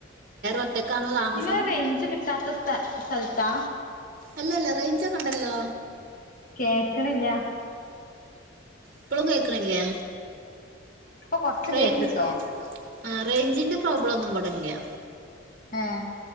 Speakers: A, on the right (about 45°); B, on the left (about 45°).
A: ഒറ്റക്കാണോ താമസം
B: ങ്ങൾ റേഞ്ച് കിട്ടാത്ത സ്ഥ സ്ഥലത്താ
A: അല്ലല്ലറേയ്ഞ്ചൊക്കെ ണ്ടല്ലോ
B: കേക്കണില്ല
A: പ്പോളും കേൾക്കണില്ലേ
B: ഇപ്പൊ കൊറച്ച്
A: റേഞ്ച്
B: കേട്ടിട്ടോ
A: ആ റേഞ്ചിന്റെ പ്രോബ്ലം ഒന്നും ഇവിടല്ല
B: ഏ